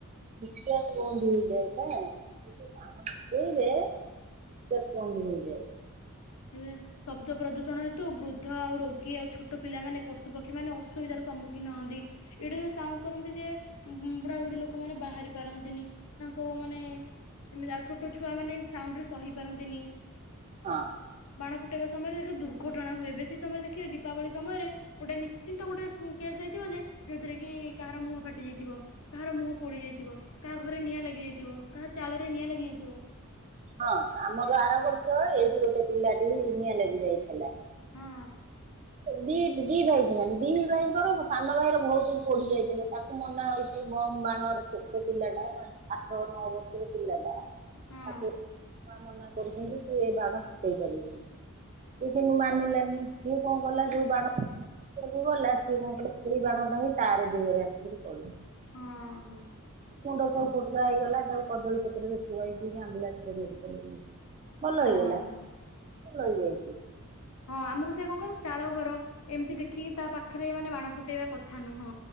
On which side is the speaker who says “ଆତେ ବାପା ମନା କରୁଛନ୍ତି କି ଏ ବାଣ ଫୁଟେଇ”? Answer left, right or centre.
Right